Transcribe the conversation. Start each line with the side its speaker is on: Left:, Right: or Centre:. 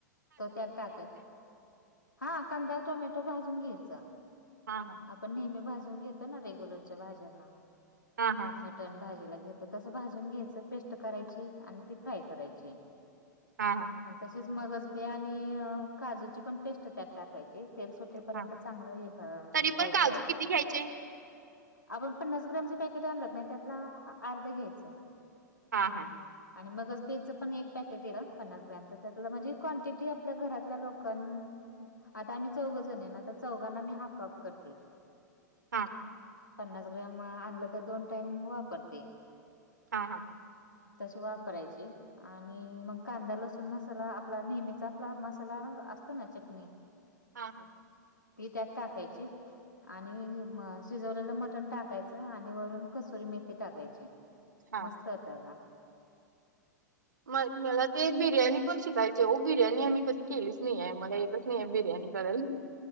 Left: त त्यात टाकाय हा कांदा टोमॅटो भाजून घ्यायचा
Right: हा हा
Left: आपण नेहमी भाजून घेतो ना रेग्युलरच्या भाज्यांना
Right: हा हा
Left: मटन भाजीला घेत तसं भाजून घ्यायचं पेस्ट करायची आणि ती फ्राय करायची.
Right: हा हा
Left: आणि तसेच मगच बे आणि काजूची पण पेस्ट त्यात टाकायची तेलट तेपर्यंत
Right: हा
Left: चांगलं
Right: तरी
Left: फ्राय
Right: पण काजू
Left: करायचं
Right: किती घ्यायचे?
Left: आपण पन्नास ग्रामचे पॅकेट आणलं नाही त्यातला अर्ध घ्यायचं.
Right: हा हा
Left: आणि मगच बेचं पण एक पॅकेट आहेल पन्नास ग्रामचं त्यात म्हणजे क्वांटिटी आपल्या घरातल्या लोकां आता आम्ही चौघ जण आहेन आता चौघांना मी हाफआफ करते
Right: हा
Left: पन्नास ग्रॅम आणलं तर दोन टाइम वापरते.
Right: हा हा
Left: तशी वापरायची. आणि मग कांदा लसूण मसाला आपला नेहमीचा आपला मसाला असतो ना चटणी
Right: हा हा
Left: ती त्यात टाकायची आणि शिजवलेलं मटण टाका टाकायच आणि वरून कसुरी मेथी टाकायचे
Right: हां.
Left: मस्त होत का
Right: म मला ते बिर्याणी पण शिकायची हो बिर्याणी आम्ही कधी केलीच नाही आहे मला तस नाही बिरयाणी करल.